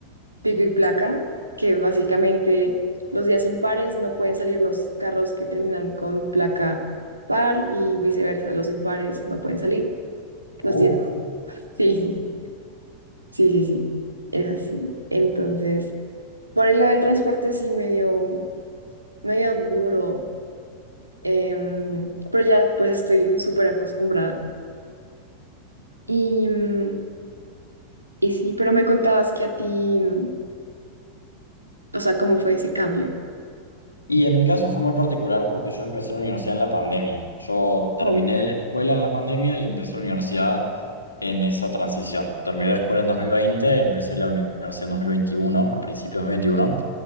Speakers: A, on the right; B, on the left.
A: pico y placa, que básicamente los días impares no pueden salir los carros que terminan con placa par y viceversa, los impares no pueden salir los
B: Oh,
A: días. <laughs> Sí, sí, sí, sí, es así. Entonces, por el lado del transporte sí medio, medio duro Em, pero ya pues estoy súper acostumbrada. Y, mm, y sí, pero me contabas que a ti, mm, o sea, ¿cómo fue ese cambio?
B: Y en mi caso fue muy particular porque yo empecé la universidad en la pandemia. Yo terminé
A: Oh.
B: la escuela en la pandemia y empecé la universidad en esa transición. Terminé la escuela en 2020, empecé la universidad en 2021, a principios de 2021.